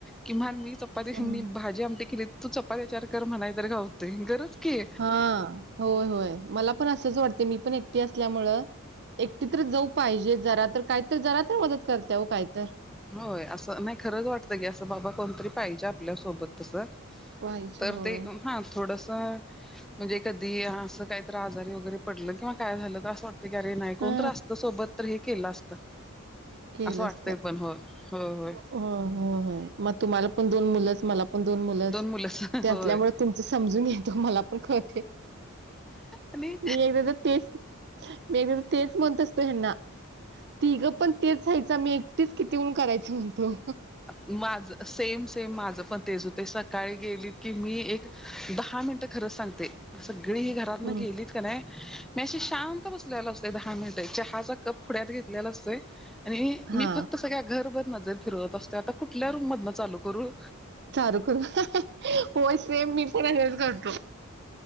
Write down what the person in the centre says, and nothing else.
कि म्हण मी चपाती
मी भाजी आमटी केली तू चपाती चार कर म्हणाय तर गात. गरच की
होय असं नाही खरंच वाटतं की असं बाबा कोणतरी पाहिजे आपल्यासोबत तसं.
तर
ते हा थोडसं म्हणजे कधी असं काहीत आजारी वगैरे पडलं किंवा काय झालं तर असं वाटत. तेरे नाही
कोणत असत सोबत तर हे केलं असतं.
असं वाटतंय पण हो हो होय.
मुलंच
होय
आणि
माझ सेम सेम माझ पण तेच होते सकाळी गेलीत की मी एक दहा मिनटं खरंच सांगते सगळी ही घरात न
गेलीत का नाही मी अशी शांत बसते. द मि चहा क घेतलेला असत आणि मी
फक्त सगळ्या घर नजरिरवततेता कुठल्या रूमध चालू. कररू